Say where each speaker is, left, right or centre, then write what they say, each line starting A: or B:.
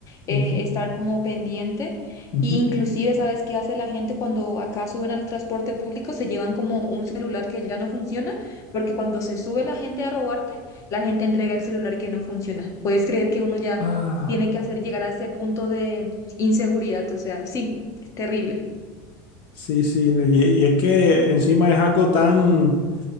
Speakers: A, on the left; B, on the left.
A: eh,
B: Ujú,
A: estar como pendiente.
B: ujú.
A: Y inclusive, ¿sabes qué hace la gente cuando acá suben al transporte público? Se llevan como un celular que ya no funciona, porque cuando se sube la gente a robarte, la gente entrega el celular que no funciona. ¿Puedes creer que uno ya
B: Ah,
A: tiene que hacer llegar a ese punto de inseguridad? O sea, sí terrible.
B: sí, sí. Y, y es que encima es algo tan,